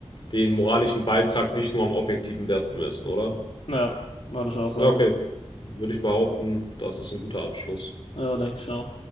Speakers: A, on the left; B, on the left.
A: den moralischen Beitrag nicht nur am objektiven Wert bemessen, oder?
B: ja, würde ich auch sagen.
A: Ja, okay. Würde ich behaupten, das ist ein guter Abschluss.
B: Ja, denke ich auch.